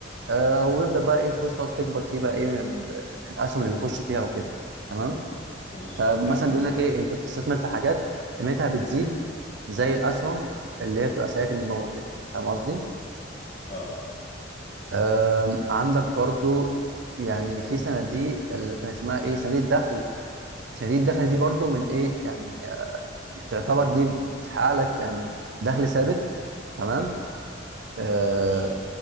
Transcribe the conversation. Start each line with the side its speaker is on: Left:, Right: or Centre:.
Right: آه ويبدا بقى ايه الفلوس تقعد تكبر فيه بقى ايه من ال- الاسهم اللي بيخش فيها وكده تمام
Left: ماشي
Right: فمثلا
Left: حلو أوي
Right: بيقول لك ايه انت بتستثمر في حاجات قيمتها بتزيد زي الاسهم اللي هي بتبقى سريعه النمو كده فاهم قصدي؟
Left: اه
Right: آم، عندك برضو يعني في صناديق اللي كان اسمها ايه صناديق الدخل صناديق الدخل دي برضو من ايه يعني تعتبر دي بتحقق لك يعني دخل ثابت تمام آه،
Left: ماشي